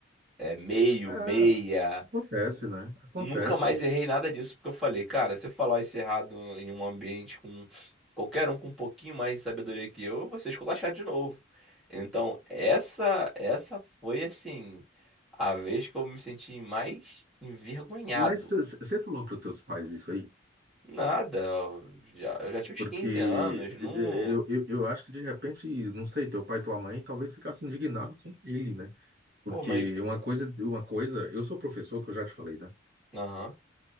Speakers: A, in the centre; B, on the right.
A: é meio,
B: É,
A: meia.
B: acontece, né? Acontece.
A: Nunca mais errei nada disso, porque eu falei, cara, se eu falar isso errado em um ambiente com qualquer um com um pouquinho mais de sabedoria que eu, eu vou ser esculachado de novo. Então, essa, essa foi, assim, a vez que eu me senti mais envergonhado.
B: Mas você falou para os teus pais isso aí?
A: Nada, eu já, eu já tinha uns
B: Porque
A: 15 anos, não...
B: eh, eh, eu, eu, eu acho que de repente, não sei, teu pai e tua mãe talvez ficasse indignado com ele, né? Porque
A: Pô, mas...
B: uma coisa, uma coisa, eu sou professor, que eu já te falei, né?
A: Aham.